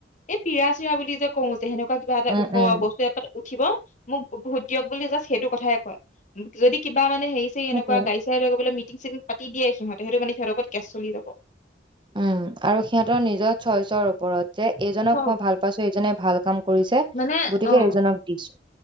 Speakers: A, on the left; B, on the right.
A: এই পিৰা চিৰা বুলি যে কওঁ যে সেনেকুৱা
B: উম
A: ওখোৱা
B: উম
A: বস্তু এ উঠিব মোক ভোত দিয়ক বুলি জা সেইটো কথাই কয়, যদি কিবা মানে হেৰী চাৰি
B: সেইটোৱে
A: এনেকুৱা গঢ়ি-চাৰি লৈগৈবলৈ মিতিং মিতিং চিতিং পাতি দিয়ে সিহঁতে, সেই মানে সিহঁৰত ওপৰত কেচ চলি যাব।
B: উম, আৰু সিহঁতৰ নিজৰ চয়চৰ ওপৰত যে এইজনক
A: চব
B: মই ভাল পাইছো এইজনে ভাল কাম কৰিছে
A: মানে,
B: গতিকে
A: অ',
B: এইজনক দিছো